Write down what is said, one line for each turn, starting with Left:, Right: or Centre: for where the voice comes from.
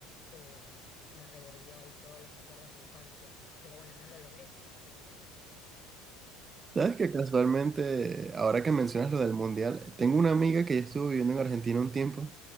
Left: eh, me revolvió ahí todos los recuerdos de infancia, pero bueno, no lo logré, no lo logré.
Right: Sabes que casualmente, ahora que mencionas lo del mundial, tengo una amiga que ya estuvo viviendo en Argentina un tiempo